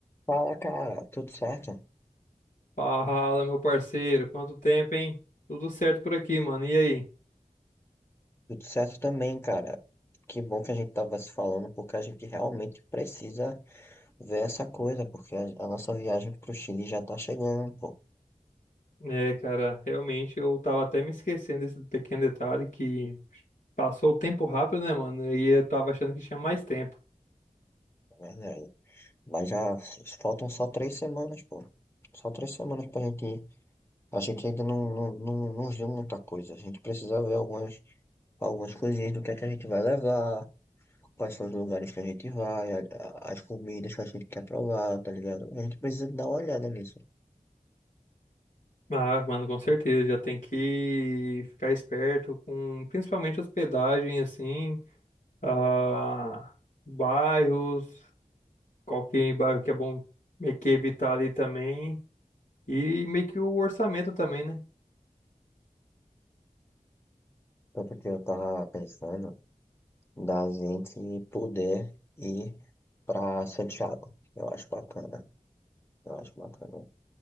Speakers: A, on the left (about 15°); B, on the left (about 70°).
A: Fala, cara, tudo certo?
B: Fala, meu parceiro, quanto tempo, hein? Tudo certo por aqui, mano. E aí?
A: Tudo certo também, cara. Que bom que a gente tava se falando, porque a gente realmente precisa ver essa coisa, porque a, a nossa viagem pro Chile já tá chegando, pô,
B: É, cara, realmente eu tava até me esquecendo desse pequeno detalhe que passou o tempo rápido, né, mano? E eu tava achando que tinha mais tempo.
A: na verdade. Mas já s- faltam só três semanas, pô. Só três semanas pra gente ir. A gente ainda não, não, não, não viu muita coisa. A gente precisa ver algumas, algumas coisinhas do que é que a gente vai levar, quais são os lugares que a gente vai, a- a- as comidas que a gente quer provar, tá ligado? A gente precisa dar uma olhada nisso.
B: Ah, mano, com certeza, já tem que ficar esperto com principalmente hospedagem, assim, ah, bairros, qualquer bairro que é bom meio que evitar ali também, e meio que o orçamento também, né?
A: Tanto que eu tava pensando da gente poder ir pra Santiago. Eu acho bacana. Eu acho bacana.